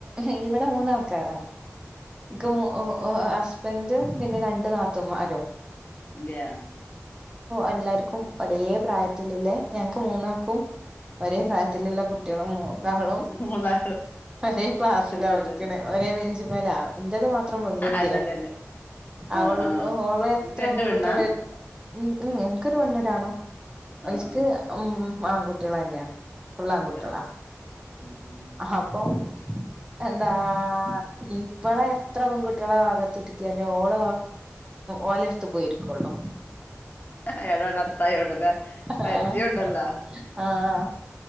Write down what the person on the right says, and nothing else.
ഹ് ഇവിടെ മൂന്നാ ആൾക്കാര
ഓ
ഓ അ ഫ്രണ്ടും പിന്നെ രണ്ട നാത്തന്മാരും
എല്ലാവർക്കും ഒരേ പ്രായത്തിലല്ലേ ഞങ്ങക്ക് മൂന്നാക്കും ഒരേ പ്രായത്തിലുള്ള കുട്ടികളും എള
ഒരേ ക്ലാസ്സില
പഠിക്കണേ ഒരേ അജ്മല എന്റേത് മാത്രം പെൺകുട്ടിയാ
അവൾ
അവളെ എത്ര
പെൺകുട്ടി
ഉം ഉം എനക്ക്ൊരു വണ്ള്ളരാണോ
അത്ത്
ഉം ആഹ കുട്ടികള തന്നെയാ ഫുൾ ആൺകുട്ടികളാ
അഹ് അപ്പോ എന്താ ഇപ്പള എത്ര പെൺകുട്ടികളെ ഭാഗത്തിട്ടിട്ട തന്നെ ഓള ഓലെടുത്ത് പോയിരിക്കുവുള്ളു
ആഹ്
ആഹ്